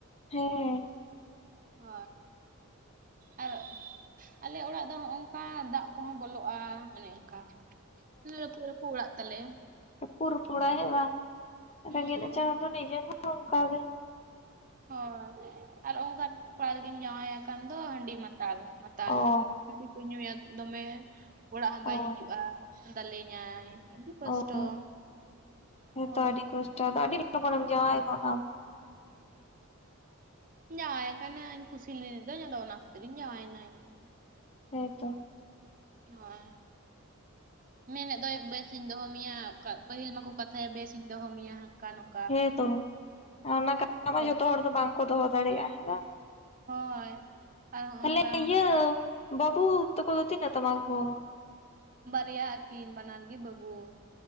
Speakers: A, on the left; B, on the right.
A: ᱦᱮᱸ
B: ᱦᱳᱭ ᱟ ᱟᱞᱮ ᱚᱲᱟᱜ ᱫᱚ ᱦᱚᱜᱼᱚᱝᱠᱟ ᱫᱟᱜ ᱠᱚᱦᱚᱸ ᱵᱚᱞᱚᱜᱼᱟ ᱚᱱᱮ ᱚᱝᱠᱟ᱾ ᱨᱟᱹᱯᱩᱜ ᱨᱟᱹᱯᱩᱜ ᱚᱲᱟᱜ ᱛᱟᱞᱮ᱾
A: ᱨᱟᱹᱯᱩᱜ ᱨᱟᱹᱯᱩᱜ ᱚᱲᱟᱜ ᱦᱮᱸ ᱵᱟᱝ
B: ᱦᱩᱸ
A: ᱨᱮᱸᱜᱮᱡᱽ ᱱᱟᱪᱟᱨ ᱦᱚᱲ ᱫᱚ ᱱᱤᱡᱮ ᱦᱚᱸ ᱚᱝᱠᱟ ᱜᱮ᱾
B: ᱦᱳᱭ ᱟᱨ ᱚᱝᱠᱟᱱ ᱚᱲᱟᱜ ᱨᱮᱜᱤᱧ ᱡᱟᱶᱟᱭ ᱟᱠᱟᱱ ᱫᱚ ᱦᱟᱺᱰᱤ ᱢᱟᱛᱟᱞ ᱢᱟᱛᱟᱞ
A: ᱚ
B: ᱦᱟᱺᱰᱤ ᱠᱚ ᱧᱩᱭᱟ ᱫᱚᱢᱮ᱾ ᱚᱲᱟᱜ ᱦᱚᱸ ᱵᱟᱭ
A: ᱚ
B: ᱦᱤᱡᱩᱜᱼᱟ ᱫᱟᱹᱞᱮᱧᱟᱭ ᱟᱹᱰᱤ ᱠᱚᱥᱴᱚ᱾
A: ᱚ ᱦᱮᱸᱛᱚ
B: ᱦᱳᱭ
A: ᱟᱹᱰᱤ ᱠᱚᱥᱴᱚ ᱟᱫᱚ ᱟᱹᱰᱤ ᱞᱚᱜᱚᱱᱮᱢ ᱡᱟᱶᱟᱭ ᱜᱚᱫᱱᱟ ᱟᱢ?
B: ᱡᱟᱶᱟᱭ ᱠᱟᱱᱟᱧ ᱠᱩᱥᱤ ᱞᱮᱫᱮᱫᱩᱹᱧ ᱟᱫᱚ ᱚᱱᱟ ᱠᱷᱟᱹᱛᱤᱨ ᱤᱧ ᱡᱟᱶᱟᱭᱮᱱᱟ ᱤᱧᱦᱚᱸ᱾
A: ᱦᱮᱸᱛᱚ᱾
B: ᱦᱳᱭ ᱢᱮᱱᱮᱫ ᱫᱚᱭ ᱵᱮᱥᱤᱧ ᱫᱚᱦᱚ ᱢᱮᱭᱟ ᱯᱟᱹᱦᱤᱞ ᱢᱟᱠᱚ ᱠᱟᱛᱷᱟᱭᱟ ᱵᱮᱥᱤᱧ ᱫᱚᱦᱚ ᱢᱮᱭᱟ ᱱᱚᱝᱠᱟ ᱦᱟᱹᱱᱠᱟ᱾
A: ᱦᱮᱸ ᱛᱚ ᱚᱱᱟ ᱠᱟᱛᱷᱟ ᱢᱟ
B: ᱯᱚᱨᱮ
A: ᱡᱚᱛᱚ ᱦᱚᱲ ᱫᱚ ᱵᱟᱝ ᱠᱚ ᱫᱚᱦᱚ ᱫᱟᱲᱮᱭᱟᱜᱼᱟ ᱦᱮᱸ ᱵᱟᱝ᱾
B: ᱦᱳᱭ ᱟᱨ ᱦᱚᱸᱜ
A: ᱛᱟᱦᱞᱮ
B: ᱠᱟ
A: ᱤᱭᱟᱹ ᱵᱟᱹᱵᱩ ᱛᱟᱠᱚ ᱫᱚ ᱛᱤᱱᱟᱹᱜ ᱛᱟᱢᱟ ᱠᱚ᱾
B: ᱵᱟᱨᱭᱟ ᱟᱹᱠᱤᱱ ᱵᱟᱱᱟᱨ ᱜᱮ ᱵᱟᱹᱵᱩ᱾